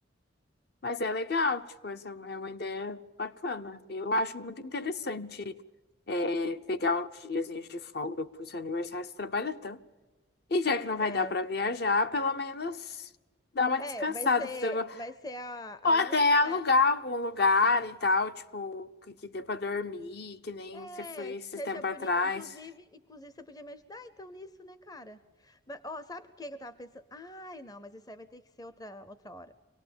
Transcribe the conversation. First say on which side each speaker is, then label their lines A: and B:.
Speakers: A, on the left (about 50°); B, on the left (about 20°).
A: Mas é legal, tipo, essa é uma ideia bacana. Eu acho muito interessante é, pegar uns diazinhos de folga pro seu aniversário, você trabalha tanto. E já que não
B: É,
A: vai dar pra viajar, pelo menos dar uma
B: é,
A: descansada,
B: vai ser
A: fazer alguma...
B: vai ser a, a
A: Ou até
B: única
A: alugar algum lugar e tal, tipo, que, que dê pra dormir, que nem
B: É,
A: você foi
B: que
A: esses
B: seja
A: tempos
B: bonito.
A: atrás.
B: Inclusive, inclusive, você podia me ajudar então nisso, né, cara? Mas, ó, sabe por que que eu tava pensando? Ai, não, mas isso aí vai ter que ser outra, outra hora.